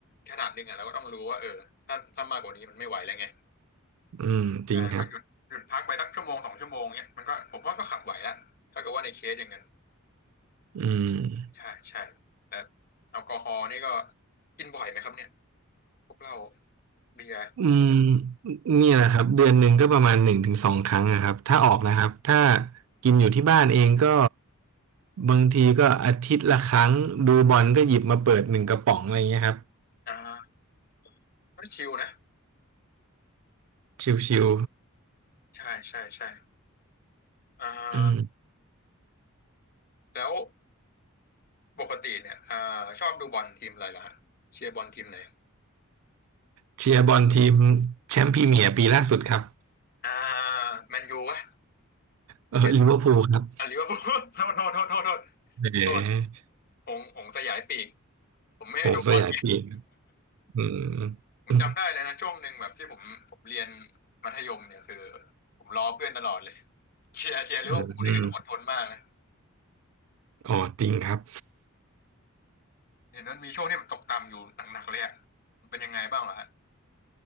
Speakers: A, on the left (about 45°); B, on the right (about 70°).
A: ขนาดหนึงอ่ะเราก็ต้องรู้ว่าเออถ้าถ้ามากกว่านี้มันไม่ไหวแล้วไง
B: อืมจริงครับ
A: อ่าก็หยุดหยุดพักไปสักชั่วโมงสองชั่วโมงเนี้ยมันก็ผมว่าก็ขับไหวละถ้าเกิดว่าในเคสอย่างนั้น
B: อืม
A: ใช่ใช่แล้วแอลกอฮอล์นี่ก็กินบ่อยไหมครับเนี่ยพวกเราเบียร์
B: อืมเนี่ยแหละครับเดือนหนึ่งก็ประมาณหนึ่งถึงสองครั้งนะครับถ้าออกนะครับถ้ากินอยู่ที่บ้านเองก็บางทีก็อาทิตย์ละครั้งดูบอลก็หยิบมาเปิดหนึ่งกระป๋องอะไรเงี้ยครับ
A: อ่าก็ชิลนะ
B: ชิว
A: ใช่ใช่ใช่อ่า
B: ๆอืม
A: แล้วปกติเนี่ยอ่าชอบดูบอลทีมอะไรเหรอฮะเชียร์บอลทีมไหน
B: เชียร์บอลทีมแชมป์พรีเมียร์ปีล่าสุดครับ
A: อ่าแมนยูวะ
B: เออลิเวอร์พูลครับ
A: เดี๋ยวอ่ะลิเวอร์พูลโทษโทษโทษโทษโทษ
B: แห
A: โทษ
B: ม
A: หงหงสยายปีกผมไม่ได้ดูบอล
B: โหสยายปีกอืมอื
A: ผมจำได้เลยนะช่วงหนึ่งแบบที่ผมผมเรียนมัธยมเนี่ยคือผมล้อเพื่อนตลอดเลยเชียร์เชียร์ลิเวอร์พูลนี่คือต้องอดทนมากนะ
B: มอืมอ๋อจริงครับ
A: เห็นมันมีช่วงที่มันตกต่ำอยู่หนักๆเลยอะมันเป็นยังไงบ้างเหรอฮะ